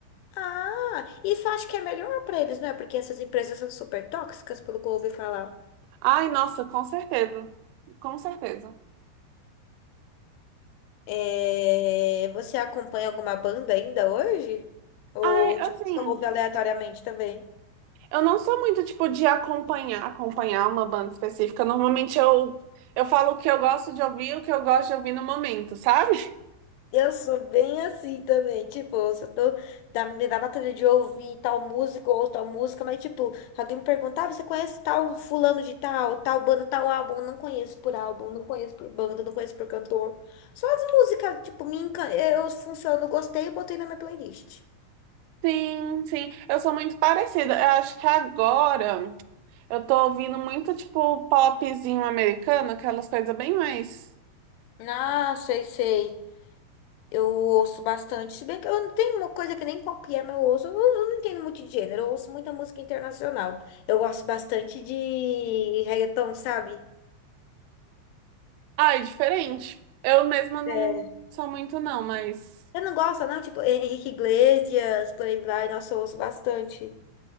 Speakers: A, on the left; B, on the right.
A: Ah, isso eu acho que é melhor pra eles, né? Porque essas empresas são super tóxicas, pelo que eu ouvi falar.
B: Ai, nossa, com certeza. Com certeza.
A: É, Você acompanha alguma banda ainda hoje? Ou,
B: Ai, assim,
A: tipo, só ouve aleatoriamente também?
B: eu não sou muito, tipo, de acompanhar, acompanhar uma banda específica. Normalmente eu, eu falo o que eu gosto de ouvir, o que eu gosto de ouvir no momento, sabe?
A: Eu sou bem assim também, tipo, se eu tô da, me dá vontade de ouvir tal música ou tal música, mas tipo, se alguém me perguntar, "Ah, você conhece tal fulano de tal, tal banda, tal álbum? Eu Não conheço por álbum, não conheço por banda, não conheço por cantor. Só as músicas, tipo, me encan... eu funciono, gostei e botei na minha playlist.
B: Sim, sim. Eu sou muito parecida. Eu acho que agora eu tô ouvindo muito, tipo, popzinho americano, aquelas coisas bem mais.
A: Ah, sei, sei. Eu ouço bastante, se bem que eu não tenho uma coisa que nem copiar, mas eu ouço, eu, eu não entendo muito de gênero, eu ouço muita música internacional. Eu gosto bastante de reggaeton, sabe?
B: Ai, diferente. Eu mesma não
A: É.
B: sou muito, não, mas.
A: Eu não gosto, não, tipo, Henrique Iglesias, por aí vai, nossa, eu ouço bastante.